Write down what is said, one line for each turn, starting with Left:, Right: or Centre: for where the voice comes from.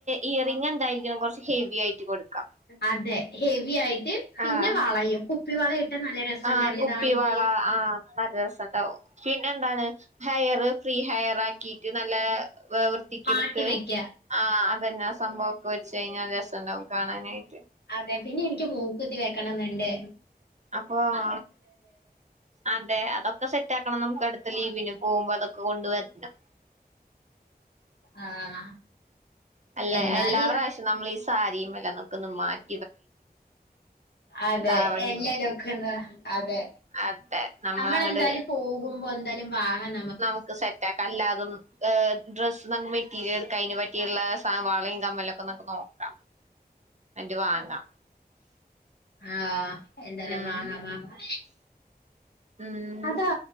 Right: ഇയറിംഗ് എന്തായിരിക്കണം കൊറച്ച് ഹെവി ആയിട്ട് കൊടുക്കാം
Left: അതെ ഹെവി ആയിട്ട് പിന്നെ
Right: ആഹ്
Left: വളയും കുപ്പി വള ഇട്ടാ നല്ല രസുണ്ടാവില്ലേ
Right: ആഹ് കുപ്പിവള
Left: ദാവണിക്ക്
Right: ആഹ് നല്ല രസണ്ടാവും പിന്നെ എന്താണ് ഹെയറ് ഫ്രീ ഹയറാക്കിട്ട് നല്ല വൃത്തിക്കെടുത്ത്
Left: മാട്ടി വെക്ക
Right: ആ അതെന്നെ ആ സംഭവം ഒക്കെ വെച്ച് കഴിഞ്ഞാൽ രസംണ്ടാവും കാണാൻ നൈറ്റ്
Left: അതെ പിന്നെ എനിക്ക് മൂക്കുത്തി <unintelligible> ക്കണെന്നുണ്ട്
Right: അപ്പൊ ആ അതെ അതൊക്കെ സെറ്റ് ആക്കണം നമുക്ക് അടുത്ത ലീവിന് പോകുമ്പോ അതൊക്കെ കൊണ്ടുവരണം
Left: ആഹ്
Right: അല്ല
Left: എന്നാല്
Right: എല്ലാ പ്രാവശ്യോം നമ്മള് ഈ സാരിയും എല്ലാം ഒന്നക്കെ മാറ്റ്
Left: അതെ
Right: ധാവണിമേല്
Left: എല്ലാരും ഒക്കന്ന് അതെ
Right: അതെ നമ്മൾ
Left: നമ്മളെന്തായാലും
Right: അങ്ങട്
Left: പോകുമ്പോ എന്തായാലും വാങ്ങാം
Right: നമുക്ക് സെറ്റ് ആക്കാ അല്ലാതൊ ഏ ഡ്രസ്സ് നമ്മ മെറ്റീരിയൽ എട്ക്കാ അയ്ന് പറ്റീള്ളെ സവാളെം കമ്മലൊക്കൊന്ന് നോ ആഹ് അന്റെ വാങ്ങാം
Left: ആഹ് എന്തായാലും
Right: ഉം
Left: വാങ്ങാം വാങ്ങാം
Right: ഉം
Left: അതാ